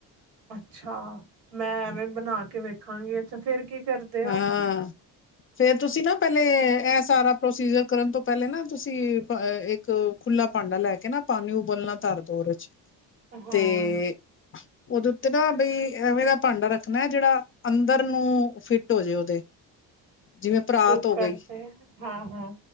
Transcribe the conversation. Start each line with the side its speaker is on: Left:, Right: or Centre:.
Right: ਅੱਛਾ ਮੈਂ ਐਵੇਂ ਬਣਾ ਕੇ ਵੇ ਰਖਾਂਗੇ ਅੱਛਾ ਫਰ ਕੀ ਕਰਦੇ
Left: ਹਾਂ
Right: ਹੋ।
Left: ਫੇਰ ਤੁਸੀਂ ਨਾ ਪ ਇਹ ਸਾਰਾ ਪ੍ਰੋਸੀਜਰ ਕਰਨ ਤੋਂ ਪਹਿਲੇ ਨਾ ਤੁਸੀਂ ਇੱਕ ਖੁੱਲਲਾ ਭਾਂਡਾ ਲੈ ਕੇ ਨਾ ਪਾਣੀ ਉਬਲਣਾ ਤਰ ਦੋ ਚ
Right: ਹਾਂ
Left: ਤੇ ਉਹਦੇ ਉੱਤੇ ਨਾ ਬਈ ਐਵੇਂ ਦਾ ਭਾਂਡਾ ਰੱਖ ਮੈਂ ਜਿਹੜਾ ਅੰਦਰ ਨੂੰ ਫਿਟ ਹੋ ਜੇ ਉਹਦੇ। ਜਿਵੇਂ ਪਰਾਤ
Right: ਕੁੱਕਰ
Left: ਹੋ ਗਈ
Right: ਤੇ ਹਾਂ ਹਾਂ